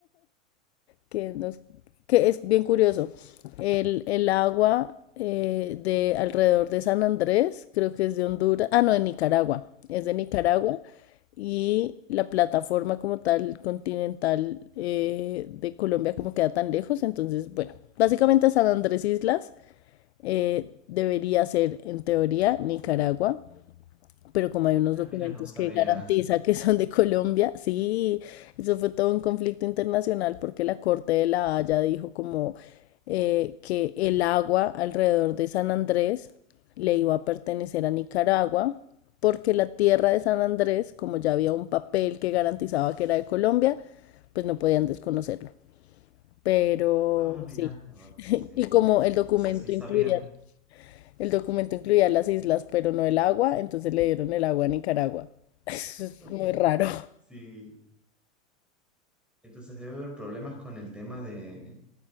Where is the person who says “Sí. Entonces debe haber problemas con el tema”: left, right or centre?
Centre